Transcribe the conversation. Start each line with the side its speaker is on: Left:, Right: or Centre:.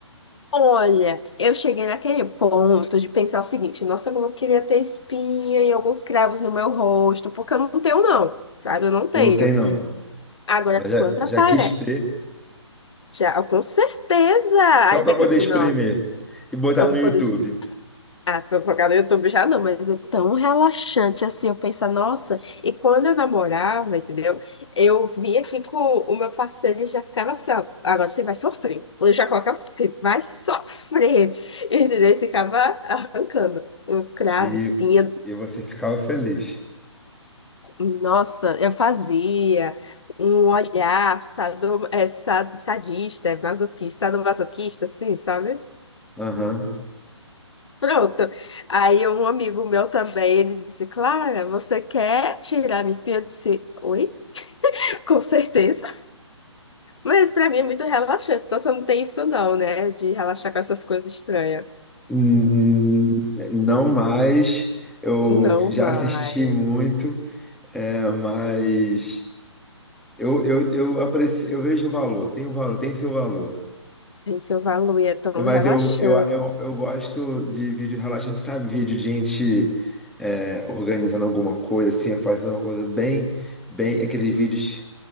Left: Olha, eu cheguei naquele ponto de pensar o seguinte, nossa, como eu queria ter espinha e alguns cravos no meu rosto, porque eu não tenho não, sabe? Eu não tenho.
Centre: Eu Não tem, não.
Left: Agora,
Centre: Mas
Left: quando
Centre: já, já
Left: aparece,
Centre: quis ter,
Left: já, com certeza,
Centre: só
Left: aí
Centre: para
Left: até que
Centre: poder
Left: eu disse,
Centre: espremer
Left: não,
Centre: e botar
Left: só para
Centre: no YouTube.
Left: poder ah, fofocar no YouTube já não, mas é tão relaxante assim, eu penso, nossa, e quando eu namorava, entendeu? Eu vinha aqui com o meu parceiro e já ficava assim, ó, agora você vai sofrer. Eu já colocava, você vai sofrer, <laughs> entendeu? E ficava arrancando uns cravos,
Centre: E,
Left: espinha.
Centre: e você ficava feliz.
Left: Nossa, eu fazia um olhar sado, é, sa- sadista, masoquista, sadomasoquista, assim, sabe?
Centre: Aham.
Left: Pronto. Aí um amigo meu também, ele disse, Clara, você quer tirar minha espinha? Eu disse, oi, <laughs> com certeza. Mas pra mim é muito relaxante, então você não tem isso não, né? De relaxar com essas coisas estranhas.
Centre: Hum, hum, Não mais, eu
Left: Não
Centre: já
Left: mais.
Centre: assisti muito, é, mas eu, eu, eu aprecio, eu vejo o valor, tem o valor, tem seu valor.
Left: Tem seu valor e é tão
Centre: É, Mas
Left: relaxante.
Centre: eu, eu, eu, eu gosto de vídeo relaxante, sabe? Vídeo de gente é, organizando alguma coisa, assim, fazendo uma coisa bem, bem, aqueles vídeos